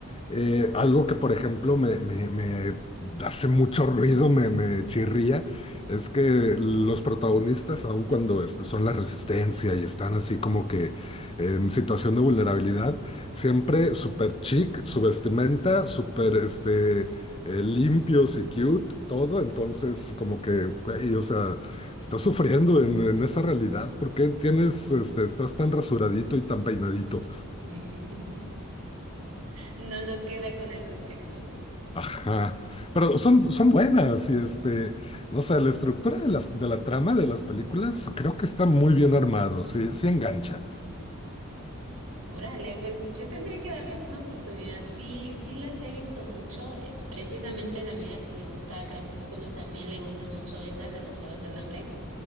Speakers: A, on the left; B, on the right.
A: Eh, algo que, por ejemplo, me, me- me hace mucho ruido, me, me chirría, es que los protagonistas, aun cuando este, son la resistencia y están así como que en situación de vulnerabilidad, siempre súper chic, su vestimenta, súper este, eh, limpios y cute, todo. Entonces, como que, güey, o sea. Estás sufriendo en, en esa realidad. ¿Por qué tienes, este, estás tan rasuradito y tan peinadito?
B: <laughs> No, no queda con el contexto.
A: Ajá. Pero son, son buenas y este, no sé, la estructura de las, de la trama de las películas creo que está muy bien armado. Sí, sí engancha.
B: Órale, pues yo tendré que darles una oportunidad. Sí, sí las he visto mucho. eh, Precisamente la amiga que le gusta Crepúsculo también le gustan mucho esas de los Juegos del Hambre.